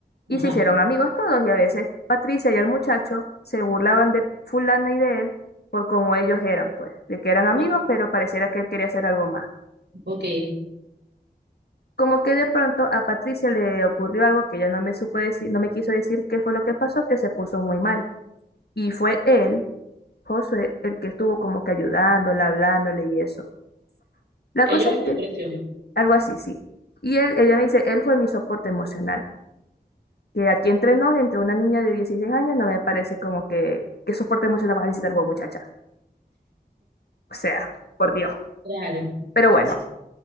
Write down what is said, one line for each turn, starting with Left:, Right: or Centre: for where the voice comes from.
Left: y
Right: Ajá.
Left: se hicieron amigos todos, y a veces Patricia y el muchacho se burlaban de fulana y de él por cómo ellos eran, pues, de que eran amigos,
Right: O-
Left: pero pareciera que él quería hacer algo más.
Right: ok. Que
Left: Como que de pronto a Patricia le ocurrió algo que ella no me supo decir, no me quiso decir qué fue lo que pasó, que se puso muy mal. Y fue él, Josué, el que estuvo como que ayudándola, hablándole y eso. La
Right: haya
Left: cosa
Right: una
Left: es
Right: depresión.
Left: que, algo así, sí. Y él, ella me dice, él fue mi soporte emocional. Que aquí entre nos, entre una niña de 16 años, no me parece como que, ¿qué soporte emocional vas a necesitar vos, muchacha? O sea, por Dios.
Right: Claro.
Left: Pero bueno,
Right: Se